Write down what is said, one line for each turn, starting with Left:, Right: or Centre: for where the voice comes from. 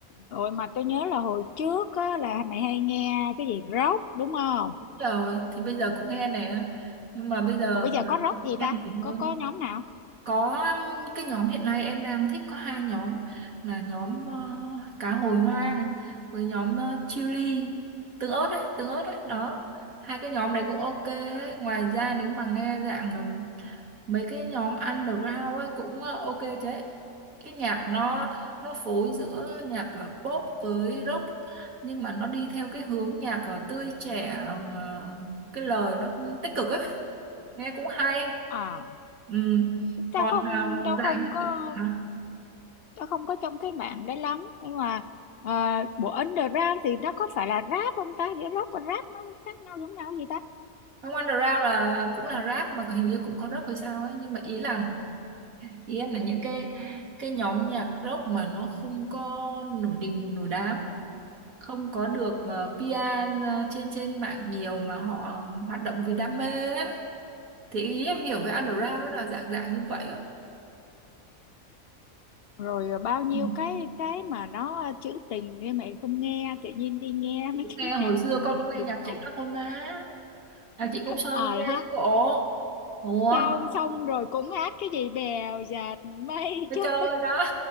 Left: rồi mà tôi nhớ là hồi trước á, là mày hay nghe cái gì rock đúng không
Right: đúng rồi thì bây giờ cũng nghe nè nhưng mà bây giờ
Left: rồi bây giờ có rock gì
Right: nghe
Left: ta
Right: nhiều
Left: có
Right: hơn
Left: có nhóm nào
Right: có um, cái nhóm hiện nay em đang thích có hai nhóm là nhóm ờ, cá hồi hoang với nhóm ờ, chili tương ớt đấy tương ớt đấy đó hai cái nhóm đấy cũng ok ấy. ngoài ra nếu mà nghe dạng ừm, mấy cái nhóm underground ấy cũng ờ, ok chứ cái nhạc nó nó phối giữa nhạc ờ, pop với rock nhưng mà nó đi theo cái hướng nhạc ờ, tươi trẻ ờ, cái lời nó tích cực ấy nghe cũng hay
Left: à
Right: Ừ. Còn
Left: tao không
Right: uh,
Left: tao
Right: dạng
Left: không
Right: như
Left: có
Right: kiểu hả?
Left: tao không có trong cái mạng đấy lắm nhưng mà uh, bộ underground thì nó có phải là rap không ta giữa rock và rap nó khác nhau giống nhau gì ta
Right: Không underground là cũng là rap mà hình như cũng có rock hay sao ấy nhưng mà ý là ý em là những cái cái nhóm nhạc rock mà nó không có nổi đình nổi đám không có được ờ, PR ờ, trên trên mạng nhiều mà họ hoạt động vì đam mê ấy. Thì ý em hiểu cái underground nó là dạng dạng như vậy á
Left: rồi à, bao nhiêu
Right: ừ.
Left: cái cái mà nó à, trữ tình nhưng mày không nghe tự nhiên đi nghe mấy
Right: Cũng nghe
Left: cái <laughs>
Right: hồi
Left: nhạc
Right: xưa
Left: Việt
Right: con
Left: Việt
Right: cũng nghe
Left: đùng
Right: nhạc
Left: đùng
Right: Trịnh đó thôi mà nhạc Trịnh Công
Left: ờ
Right: Sơn cũng nghe
Left: à, ha
Right: chứ bộ ủa
Left: xong xong rồi cũng hát cái gì bèo dạt mây
Right: nó
Left: trôi
Right: chơi đó